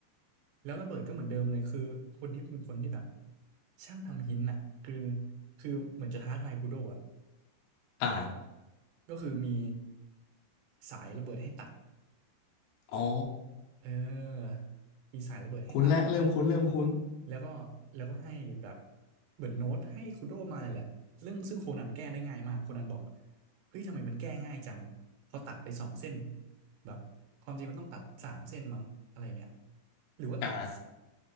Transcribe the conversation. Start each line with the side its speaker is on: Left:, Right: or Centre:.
Right: แล้วระเบิดก็เหมือนเดิมเลยคือคนนี้เป็นคนที่แบบช่างทำหินอ่ะคือคือเหมือนจะท้าทายคุโดะอ่ะ
Left: อ่า
Right: ก็คือมีสายระเบิดให้ตัด
Left: อ๋อ
Right: เออมีสายระเบิดให้ตัด
Left: คุ้นและเริ่มคุ้นเริ่มคุ้น
Right: แล้วก็แล้วก็ให้แบบเหมือนโน้ตให้คุโดะมาแหละเรื่องซึ่งโคนันแก้ได้ง่ายมากโคนันบอกเฮ้ยทำไมมันแก้ง่ายจังพอตัดไปสองเส้นแบบความจริงมันต้องตัดสามเส้นมั้งอะไรเงี้ยหรือว่าตัด
Left: อ่า